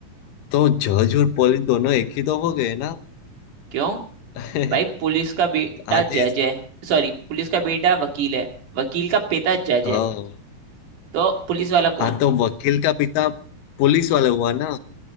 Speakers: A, on the left; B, on the right.
A: तो जज और पुलिस दोनों एक ही तो हो गए ना
B: क्यों
A: <laughs>
B: भाई पुलिस का बेटा
A: आते
B: जज है सॉरी पुलिस का बेटा वकील है वकील का पिता जज
A: हाँ
B: है तो पुलिस वाला कौन
A: हाँ तो वकील का पिता पुलिस वाला हुआ ना